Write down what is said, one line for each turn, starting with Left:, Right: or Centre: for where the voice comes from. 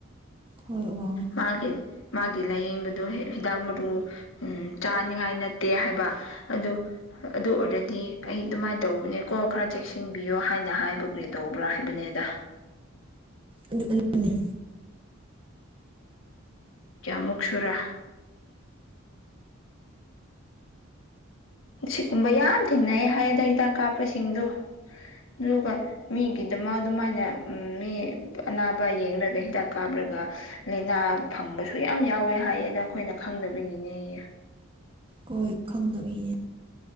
Right: ꯍꯣꯏ ꯋꯥꯡꯉꯦ
Left: ꯃꯥꯒꯤ ꯃꯥꯒꯤ ꯂꯥꯏꯌꯦꯡꯕꯗꯨ ꯍꯤꯗꯥꯛ ꯃꯔꯨ ꯎꯝ ꯆꯥꯅꯤꯉꯥꯏ ꯅꯠꯇꯦ ꯍꯥꯏꯕ ꯑꯗꯨ ꯑꯗꯨ ꯑꯣꯏꯔꯗꯤ ꯑꯩ ꯑꯗꯨꯃꯥꯏꯅ ꯇꯧꯕꯅꯦꯀꯣ ꯈꯔ ꯆꯦꯛꯁꯤꯟꯕꯤꯌꯣ ꯍꯥꯏꯅ ꯍꯥꯏꯕ ꯀꯩ ꯇꯧꯕ꯭ꯔꯥ ꯍꯥꯏꯕꯅꯤꯗ
Right: ꯑꯗꯨ
Left: ꯀꯌꯥꯃꯨꯛ ꯁꯨꯔ ꯁꯤꯒꯨꯝꯕ ꯌꯥꯝ ꯊꯦꯡꯅꯩ ꯍꯥꯏ ꯑꯗ ꯍꯤꯗꯥꯛ ꯀꯥꯞꯄꯁꯤꯡꯗꯣ ꯑꯗꯨꯒ ꯃꯤꯒꯤꯗꯃꯛ ꯑꯗꯨꯃꯥꯏꯅ ꯃꯤ ꯑꯅꯥꯕ ꯌꯦꯡꯒ ꯍꯤꯗꯥꯛ ꯀꯥꯞꯔꯒ ꯂꯥꯏꯅꯥ ꯐꯪꯕꯁꯨ ꯌꯥꯝ ꯌꯥꯎꯋꯦ ꯍꯥꯏꯌꯦꯗ ꯑꯈꯣꯏꯅ ꯈꯪꯗꯕꯒꯤꯅꯦꯌꯦ꯫
Right: ꯍꯣꯏ ꯈꯪꯗꯕꯤ ꯅꯦ